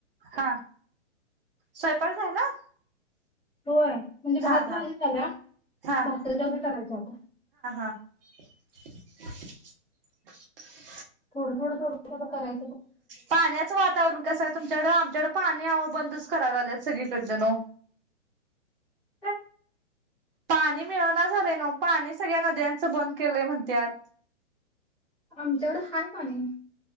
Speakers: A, on the right; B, in the centre.
A: हा स्वयंपाक झाला?
B: होय. म्हणजे भात-भाजी
A: हा हा
B: झाल्या.
A: हा
B: भाकरी तेवढं करायची आता.
A: <inaudible>
B: थोडं-थोडं-थोडं-थोडं कराय
A: पाण्याचं वातावरण कसं हाय तुमच्याकं आमच्याक पाणी आहो बंदच करायला लागल्याय सगळीकडचं न
B: हा
A: पाणी मिळना झालंय नवं. पाणी सगळ्या नद्यांच बंद केलंय म्हणत्यात.
B: आमच्याकडं हाय पाणी.